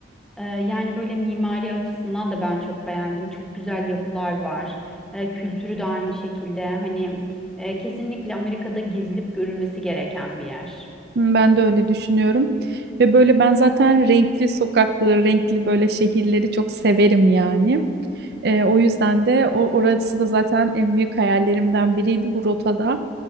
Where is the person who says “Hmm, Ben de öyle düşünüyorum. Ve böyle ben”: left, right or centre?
Right